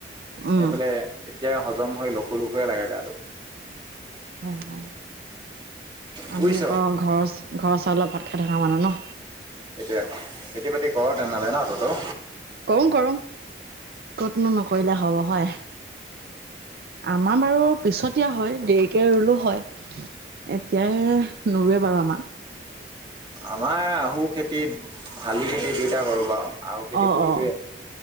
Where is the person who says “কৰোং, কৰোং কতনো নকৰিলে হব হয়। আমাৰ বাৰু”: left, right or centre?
Right